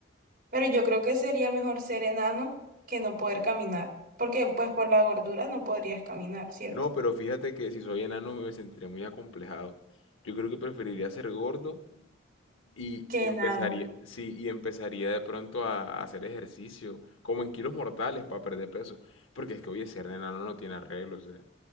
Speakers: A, on the right; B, on the left.
A: pero yo creo que sería mejor ser enano que no poder caminar, porque pues por la gordura no podrías caminar, ¿cierto?
B: no, pero fíjate que si soy enano me sentiría muy acomplejado. Yo creo que preferiría ser gordo y
A: Qué
B: empezaría,
A: enano.
B: sí, y empezaría de pronto a, a hacer ejercicio, como en kilos mortales para perder peso. Porque es que, oye, ser enano no tiene arreglo, o sea,